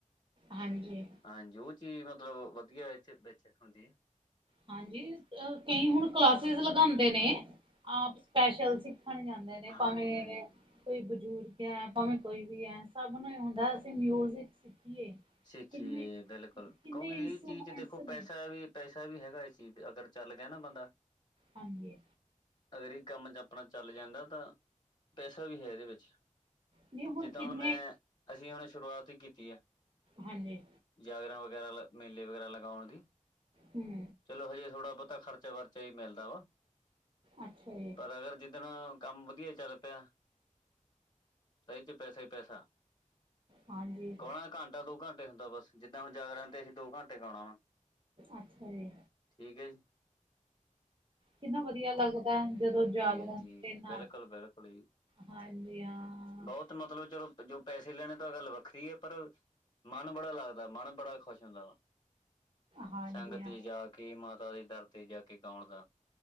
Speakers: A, on the right; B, on the left.
A: ਹਾਂਜੀ।
B: ਹਾਂਜੀ, ਓ ਚੀਜ਼ ਮਤਲਬ ਵਦੀਆ ਏਚ ਵਿੱਚ ਹੁੰਦੀ ਆ।
A: ਹਾਂਜੀ, ਕਈ ਹੁਨ ਕਲਾਸਿਸ ਲਗਾਂਦੇ ਨੇ ਆਪ ਸਪੈਸ਼ਲ ਸਿੱਖਨ ਜਾਂਦੇ ਦੇ ਨੇ ਭਾਂਵੇ
B: ਹਾਂਜੀ ਹਾਂਜੀ
A: ਕੋਈ ਬਜ਼ੁਰਗ ਐ ਭਾਵੇਂ ਕੋਈ ਵੀ ਐ ਸਬ ਨੂੰ ਏ ਹੁੰਦਾ ਅਸੀਂ ਮਿਊਜਿਕ ਸਿੱਖੀਏ।
B: ਸਿੱਖੀਏ
A: ਕਿੰਨੇ
B: ਬਿਲਕੁਲ
A: ਕਿੰਨੇ
B: ਕਿਓਂਕੇ
A: ਇੰਸਟਰੂਮੈਂਟਸ
B: ਏ ਚੀਜ਼ ਚ ਦੇਖੋ ਪੈਸਾ
A: ਨੇ
B: ਵੀ ਪੈਸਾ ਵੀ ਹੈਗਾ ਇਸ ਚੀਜ਼ ਤੇ ਅਗਰ ਚੱਲ ਗਿਆ ਨਾ ਬੰਦਾ।
A: ਹਾਂਜੀ।
B: ਅਗਰ ਏ ਕੰਮ ਚ ਆਪਨਾ ਚੱਲ ਜਾਂਦਾ ਤਾਂ ਪੈਸਾ ਵੀ ਹੈ ਏਦੇ ਵਿੱਚ।
A: ਨਹੀਂ
B: ਜਿੱਦਾ
A: ਕਿੰਨੇ
B: ਹੁਣ ਮੈਂ ਅਸੀਂ ਹੁਣ ਸ਼ੁਰੂਆਤ ਈ ਕੀਤੀ ਐ।
A: ਹਾਂਜੀ।
B: ਜਾਗਰਣ ਵਗੈਰਾ ਲ, ਮੇਲੇ ਵਗੈਰਾ ਲਗੌਣ ਦੀ।
A: ਹੂੰ।
B: ਚਲੋ ਹਜੇ ਥੋੜਾ ਬੋਤਾ ਖਰਚਾ-ਵਰਚਾ ਈ ਮਿਲਦਾ ਵਾ।
A: ਅੱਛਾ ਜੀ।
B: ਪਰ ਅਗਰ ਜਿੱਦਨ ਕੰਮ ਵਦੀਆ ਚੱਲ ਪਿਆ ਤਾਂ ਇਹ ਚ ਪੈਸਾ ਹੀ ਪੈਸਾ।
A: ਹਾਂਜੀ
B: ਗੋਣਾ ਘੰਟਾ ਦੋ ਘੰਟੇ ਹੁੰਦਾ ਬਸ, ਜਿੱਦਾਂ ਹੁਣ ਜਾਗਰਣ ਤੇ ਅਸੀ ਦੋ ਘੰਟੇ ਗੋਣਾ ਵਾ।
A: ਅੱਛਾ ਜੀ।
B: ਠੀਕ ਏ।
A: ਕਿੰਨਾ ਵਧੀਯਾ ਲੱਗਦੈ। ਜਦੋਂ ਜਾਗਰਣ
B: ਹਾਂਜੀ
A: ਦੇ ਨਾਲ
B: ਬਿਲਕੁਲ ਬਿਲਕੁਲ ਜੀ
A: ਹਾਂਜੀ ਹਾ।
B: ਬਹੁਤ ਮਤਲਬ ਚਲੋ ਜੋ ਪੈਸੇ ਲੈਣੇ ਤਾਂ ਗੱਲ ਵੱਖਰੀ ਏ, ਪਰ ਮਨ ਬੜਾ ਲੱਗਦਾ, ਮਨ ਬੜਾ ਖੁਸ਼ ਹੁੰਦਾ ਵਾ।
A: ਹਾਂਜੀ
B: ਸੰਗ
A: ਹਾਂ
B: ਤੇ ਜਾ ਕੇ ਮਾਤਾ ਦੇ ਦਰ ਤੇ ਜਾ ਕੇ ਗੋਣ ਦਾ